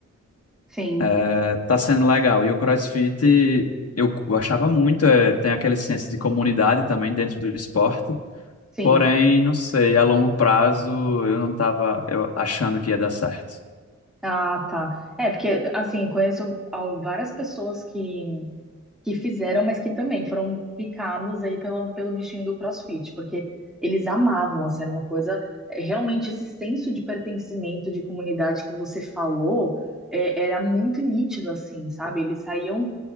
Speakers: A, in the centre; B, on the left.
A: Sim,
B: eh, tá sendo legal. E o CrossFit eu gostava muito, é tem aquele senso de comunidade também dentro do esporte.
A: sim.
B: Porém, não sei, a longo prazo eu não estava achando que ia dar certo.
A: Ah, tá. É, porque, assim, conheço al- várias pessoas que, que fizeram, mas que também foram picadas aí pela, pelo bichinho do CrossFit, porque eles amavam, assim, era uma coisa. é, Realmente, esse senso de pertencimento, de comunidade que você falou, é, era muito nítido, assim, sabe? Eles saíam